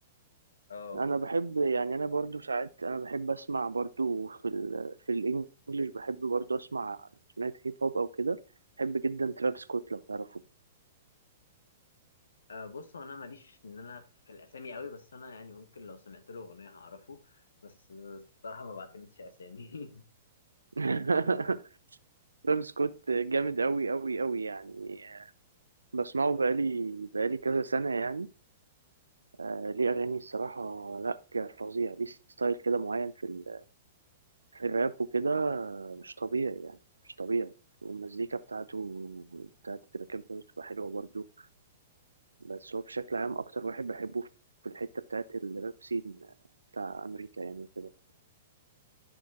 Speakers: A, on the left; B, on the right.
A: اه
B: انا بحب يعني انا برضو ساعات انا بحب اسمع برضو في ال في الانجليش بحب برضو اسمع لو سمعت هيب هوب او كده بحب جدا ترافيس سكوت لو تعرفه
A: آه، بص هو انا ماليش ان انا في الاسامي قوي بس انا يعني ممكن لو سمعت له اغنيه هعرفه بس الصراحه ما بعتمدش اسامي <laughs>
B: <laughs> ترافيس سكوت جامد قوي قوي قوي يعني بسمعه بقالي بقالي كذا سنة يعني آه ليه اغاني الصراحة لا ك- فظيع ليه ستايل كده معين في ال في الراب وكده آه، مش طبيعي يعني مش طبيعي والمزيكا بتاعته بتاعت التراكات بتاعته بتبقى حلوة برضو بس هو بشكل عام اكتر واحد بحبه في الحتة بتاعت الراب سين بتاع امريكا يعني وكده